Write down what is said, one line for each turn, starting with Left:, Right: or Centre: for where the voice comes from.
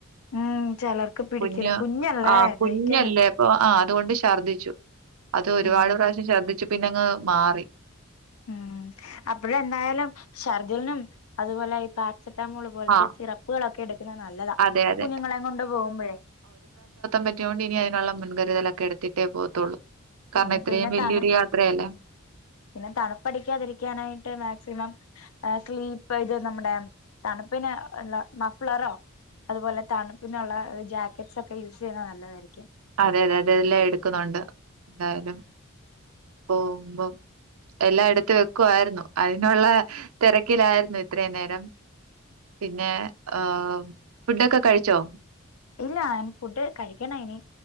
Left: ഉം ചിലർക്ക് പിടിക്കില്ല
Right: <unintelligible> കുഞ്ഞു
Left: കുഞ്ഞല്ലേ
Right: ആ കുഞ്ഞല്ലേ
Left: ദഹിക്കാന
Right: അപ്പൊ ആ അതുകൊണ്ട് ഛർദ്ദിച്ചു അത് ഒരുപാട്
Left: ഉം
Right: പ്രാവശ്യം ശർദ്ദിച്ച് പിന്നെ അങ്ങ് മാറി
Left: ഉം അപ്പോഴ എന്തായാലും ശർദിലിനും അതുപോലെ പാരസെറ്റമോൾ പോലത്തെ
Right: ആഹ്.
Left: സിറപ്പുകളൊക്കെ എടുക്കുന്നെ നല്ലതാ
Right: അതെ, അതെ.
Left: കുഞ്ഞുങ്ങളെ കൊണ്ട് പോകുമ്പോഴേ
Right: പറ്റിയൊണ്ട് ഇനി അതിനുള്ള മുൻകരുതലൊക്കെ എടുത്തിട്ടേ പോകത്തോള്ളൂ കാരണം
Left: ഉം
Right: ഇത്രയും
Left: പിന്നെ
Right: വലിയൊരു
Left: തണു
Right: യാത്രയല്ലേ
Left: പിന്നെ തണുപ്പടിക്കാതിരിക്കാനായിട്ട് മാക്സിമം അഹ് സ്ലീപ്പ് ഇത് നമ്മുടെ തണുപ്പിനൊള്ള മഫ്ലറോ അതുപോലെ തണുപ്പിനുള്ള ജാക്കറ്റ്സ് ഒക്കെ യൂസ് ചെയ്യുന്ന നല്ലതായിരിക്കും
Right: അതെ അതെ അതെല്ലാം എടുക്കുന്നുണ്ട് എന്തായാലും പോകുമ്പം എല്ലായെടുത്തു വെക്കുവായിരുന്നു അതിനുള്ള തിരക്ക് കിലായിരുന്നു ഇത്രേം നേരം പിന്നെ അഹ് ഫുഡൊക്കെ കഴിച്ചോ
Left: ഇല്ല നി ഫുഡ് കഴിക്കണം ഇനി